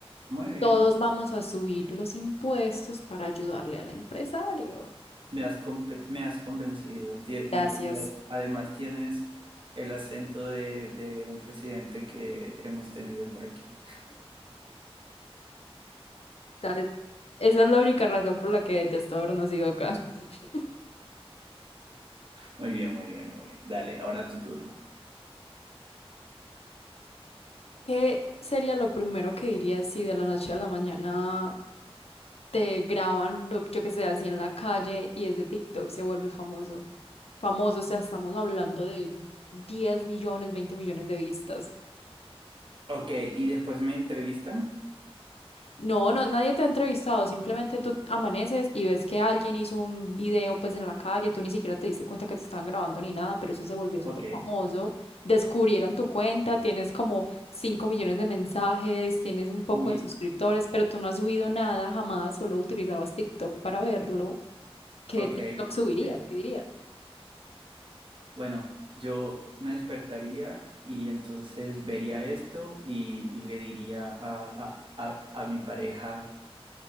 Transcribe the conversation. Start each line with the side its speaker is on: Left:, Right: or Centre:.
Right: Muy bien.
Left: todos vamos a subir los impuestos para ayudarle al empresario.
Right: Me has, conpe- me has convencido Tie-
Left: Gracias.
Right: y, y además tienes el acento de, de un presidente que hemos tenido por aquí.
Left: ¿Sabes? Esa es la única razón por la que detesto haber nacido acá. <laughs>
Right: Muy bien, muy bien, muy bien. Dale, ahora tu turno.
Left: ¿Qué sería lo primero que dirías si de la noche a la mañana te graban, lo- yo que sé, así en la calle y ese TikTok se vuelve famoso? Famoso, o sea, estamos hablando de 10 millones, 20 millones de vistas.
Right: Ok, y después me entrevistan.
Left: No, no, nadie te ha entrevistado, simplemente tú amaneces y ves que alguien hizo un video pues en la calle, tú ni siquiera te diste cuenta que te estaban grabando ni nada, pero eso se volvió súper
Right: Ok,
Left: famoso, descubrieron tu cuenta, tienes como 5 millones de mensajes, tienes un poco
Right: uy,
Left: de suscriptores, pero tú no has subido nada jamás, solo utilizabas TikTok para verlo. ¿Qué
Right: ok,
Left: TikTok subirías?
Right: ok.
Left: ¿Qué dirías?
Right: Bueno, yo me despertaría y entonces vería esto y, y le diría a, a, a, a mi pareja.